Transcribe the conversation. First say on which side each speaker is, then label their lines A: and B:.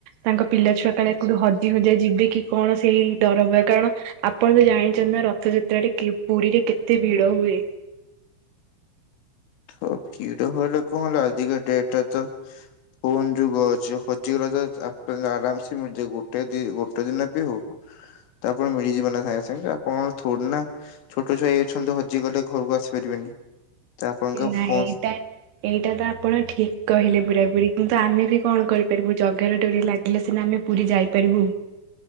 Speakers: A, on the right; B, on the left.
A: ତାଙ୍କ ପିଲା ଛୁଆ କାଳେ କୋଉଠି ହଜି ହୁଜା ଯିବେ କି କଣ ସେଇ ଡର ଭ- କାରଣ ଆପଣ ତ ଜାଣିଛନ୍ତି ନା ରଥଯାତ୍ରାରେ କି ପୁରୀରେ କେତେ ଭିଡ ହୁଏ।
B: ଅ ଭିଡ଼ ହୋହିଲେ କଣ ହେଲା ଆଜିକା ଡେଟେର ତ- ଫୋନ ଯୁଗ ଅଛି ହଜିଗଲା ତ ଆପ ଆରାମସେ ମିଳିଯିବ ଗୋଟେ ଦ ଗୋଟେ ଦିନ ବି ହଉ। ତ ଫୁଣି ମିଳିଯିବ ନା ସାଙ୍ଗେ ସାଙ୍ଗେ କଣ ଥୋଡି ନା ଛୋଟ ଛୁଆ ହେଇଜାଇଛନ୍ତି ହଜି ଗଲେ ଘରକୁ ଆସିପାରିବେନି। ତ ଆପଣଙ୍କ
A: ନାଁ
B: ଫୋନ
A: ଏଇଟା ଏଇଟା ତ ଆପଣ ଠିକ କହିଲେ ପୁରାପୁରି କିନ୍ତୁ ଆମେ ବି କଣ କରି ପାରିବୁ ଜଗାର ଡୋରି ଲାଗିଲେ ସିନା ଆମେ ପୁରୀ ଯାଇପାରିବୁ।